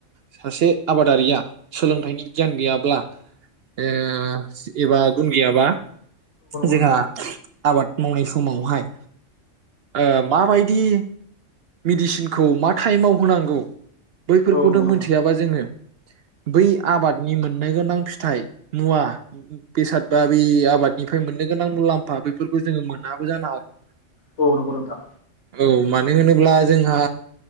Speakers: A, on the right; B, on the left.
A: सासे आबादारिया सोलोंथाइनि गियान गैयाब्लाओ एबा गुन गैयाबा जोंहा
B: नोंथां
A: आबाद मावनाय समावहाय ओ माबायदि मेडिसिनखौ मा टाइमाव होनांगौ? बैफोरखौनो
B: औ नंगौ नोंथां
A: मोनथियाबा जोङो बै आबादनि मोननो गोनां फिथाइ मुवा बेसाद बा बै आबादनिफ्राय मोननो गोनां मुलाम्फा बेफोरखौ जोङो मोनाबो जानो हागौ
B: औ नंगौ नोंथां
A: औ मानो होनो अब्ला जोंहा